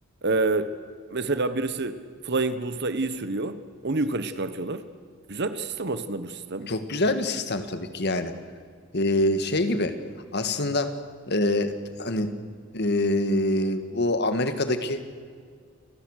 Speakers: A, on the right; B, on the left.
A: Ee, mesela birisi Flying Bulls'la iyi sürüyor. Onu yukarı çıkartıyorlar. Güzel bir sistem aslında bu sistem.
B: Çok güzel bir sistem tabii ki yani. Ee, şey gibi aslında e, hani e, bu Amerika'daki